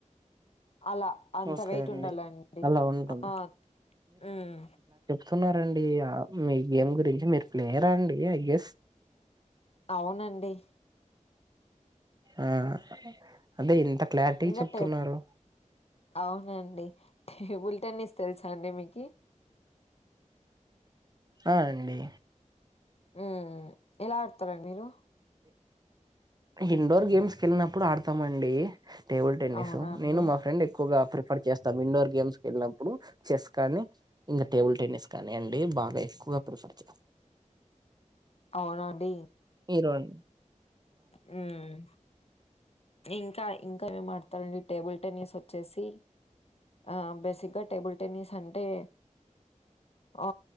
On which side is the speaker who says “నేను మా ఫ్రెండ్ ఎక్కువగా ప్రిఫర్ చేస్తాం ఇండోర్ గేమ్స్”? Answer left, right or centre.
Right